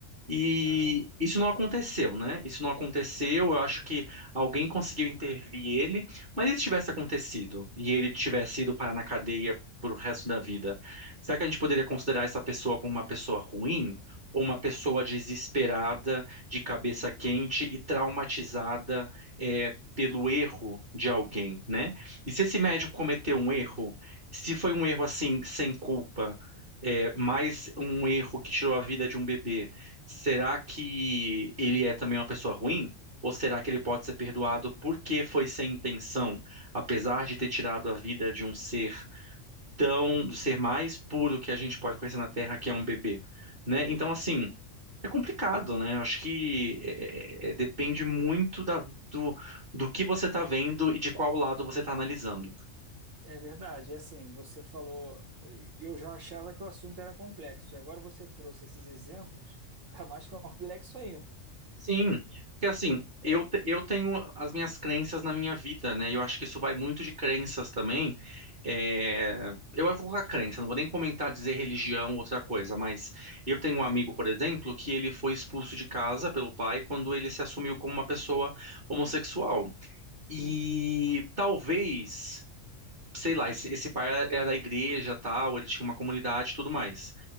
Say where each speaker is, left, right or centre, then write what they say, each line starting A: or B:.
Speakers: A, on the right; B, on the right.
A: E
B: Caramba.
A: isso não aconteceu, né? Isso não aconteceu. Eu acho que alguém conseguiu intervir ele. Mas e se tivesse acontecido e ele tivesse ido parar na cadeia pro resto da vida? Será que a gente poderia considerar essa pessoa como uma pessoa ruim? Ou uma pessoa desesperada, de cabeça quente e traumatizada, é, pelo erro de alguém, né? E se esse médico cometeu um erro, se foi um erro assim, sem culpa, é, mais um erro que tirou a vida de um bebê. Será que ele é também uma pessoa ruim? Ou será que ele pode ser perdoado porque foi sem intenção, apesar de ter tirado a vida de um ser tão, do ser mais puro que a gente pode conhecer na Terra, que é um bebê, né? Então, assim, é complicado, né? Eu acho que é, é, é, depende muito da- do, do que você está vendo e de qual lado você está analisando.
B: É verdade, e assim, você falou, eu já achava que o assunto era complexo, e agora você trouxe esses exemplos, tá mais <laughs> complexo ainda.
A: Sim, porque assim,
B: É,
A: eu, te- eu tenho as minhas crenças na minha vida, né? E Eu acho que isso vai muito de crenças também. É, Eu vou colocar crença, não vou nem comentar, dizer religião, outra coisa, mas eu tenho
B: sim.
A: um amigo, por exemplo, que ele foi expulso de casa pelo pai quando ele se assumiu como uma pessoa homossexual. E talvez, sei lá, esse, esse pai era da igreja, tal, ele tinha uma comunidade e tudo mais.